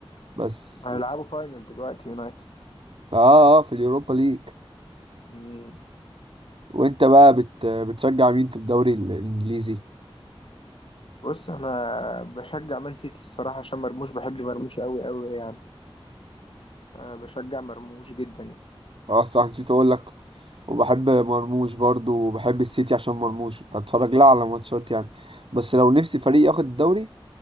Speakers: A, on the right; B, on the left.
A: بس
B: هيلعبوا فاينل دلوقتي يونايتد
A: اه اه في اليوروبا ليج
B: مم.
A: وانت بقى بت... بتشجع مين في الدوري ال- الانجليزي
B: بص انا بشجع مان سيتي الصراحه عشان مرموش بحب مرموش قوي قوي يعني أه بشجع مرموش جدا يعني
A: اه صح نسيت اقول لك وبحب مرموش برضو وبحب السيتي عشان مرموش بتفرج لها على ماتشات يعني بس لو نفسي فريق ياخد الدوري